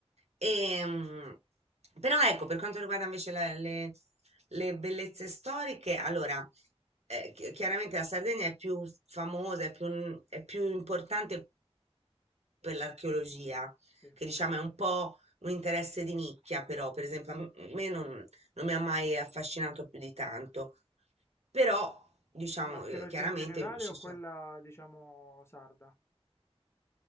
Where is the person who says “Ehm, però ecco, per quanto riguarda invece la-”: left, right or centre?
Right